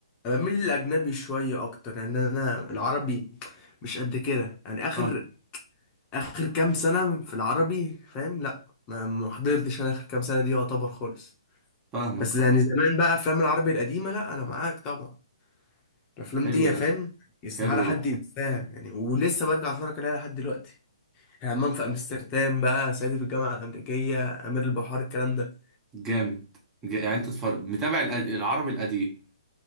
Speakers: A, on the left (about 25°); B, on the right (about 20°).
A: انا بميل للاجنبي شويه اكتر لان انا العربي مش قد كده يعني اخر
B: فاهم
A: اخر كام سنه في العربي فاهم لا ما ما حضرتش انا اخر كام سنه دي يعتبر خالص
B: فاهمك
A: بس يعني زمان بقى افلام العربي القديمه لا انا معاك طبعا الافلام
B: حلو
A: دي يا فاهم
B: ده
A: يستحاله
B: حلو
A: حد
B: ده
A: ينساها يعني ولسه برجع اتفرج عليها لحد دلوقتي همام في امستردام بقى صعيدي في الجامعه الامريكيه امير البحار الكلام ده
B: جامد جا- يعني انت تفر... متابع الأ- العربي القديم